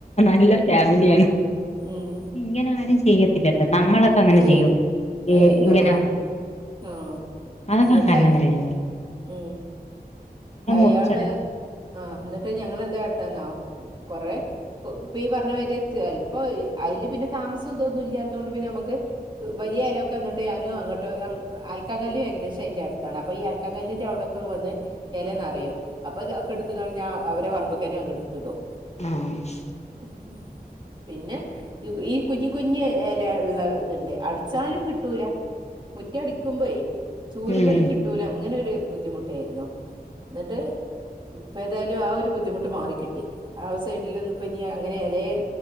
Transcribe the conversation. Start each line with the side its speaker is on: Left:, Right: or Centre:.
Left: നല്ല ഫാമിലിയാണ്
Right: ഉം
Left: ഇങ്ങനെ ആര് ചെ ചെയ്യത്തില്ലട്ടോ നമ്മളൊക്കെ അങ്ങനെ
Right: ഏയ്
Left: ചെയ്യും
Right: ഏയ്
Left: ഇങ്ങനെ
Right: നമ്മള് ആഹ്
Left: അതൊക്കെ
Right: എന്നിട്ട്
Left: കണ്ണം തിരിഞ്ഞില്ല
Right: ഉമ്
Left: നമ്മള്
Right: അയാള്
Left: മുറിച്ചട
Right: ആഹ് എന്നിട്ട് ഞങ്ങെന്താട്ടന്നോ കൊറെ ഇപ്പൊ ഈ പറഞ്ഞ മാരി ചൽപ്പോ അയ്ല് പിന്നെ താമസം എന്തോന്നുല്ല തൊണ്ട് പിന്നെ നമുക്ക് വലിയ ഇലൊക്കെ എന്നിട്ട് ഞാനും അങ്ങോട്ടോ ആൽക്കാങ്കല്ല ഏക ദേശം അതിന്റെ അടുത്താണ് അപ്പൊ ഈ ആൽക്കാങ്കല്ലിന്റെ അവിടൊക്കെ വന്ന് എല നിറയോ അപ്പൊ ഇതൊക്കെ എടുത്ത് കഞ്ഞാ അവരെ പറമ്പ്ക്കനെ അങ് എട്ത്ത് ടും
Left: ആഹ്
Right: ഉമ് പിന്നെ ഈ കുഞ് കുഞ്ഞ് ഇല ഉള്ള ഇതുണ്ട് അടിച്ചാലും കിട്ടൂല റ്റ അടിക്കുമ്പോേ ചൂലുമലും
Left: ഇനി
Right: കിട്ട ല അങ്ങനെ ഒരു ബുദ്ധിമുട്ടായിരുന്നു എന്നിട്ട് ഇപ്പ ഏതായാലും ആ ഒരു ബുദ്ധിമുട്ട് മാറിക്കിട്ടി ആ സൈഡിൽ ന്ന് ഇപ്പ ഇനി അങ്ങനെ എലെ ഇ